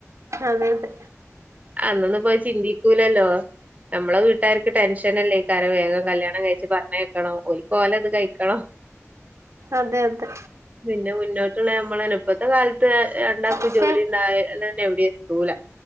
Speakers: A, on the right; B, on the right.
A: അതെ അതെ
B: അന്നൊന്നും ഇപ്പൊ അത്‌ ചിന്തിക്കൂലല്ലോ നമ്മളെ വീട്ടുകാർക്ക് ടെൻഷനല്ലേ ക്കാരം വേഗം കല്യാണം കഴിച്ച് പറഞ്ഞയക്കണം ഓല്ക് ഓലത് കഴിക്കണം
A: അതെയതെ
B: പിന്നെ മുന്നോട്ടുള്ള നമ്മളെ പ്പത്തെ കാലത്ത് രണ്ടാക്കും
A: ഇപ്പ
B: ജോലിണ്ടായാലെന്നെ എവിടിം എത്തൂല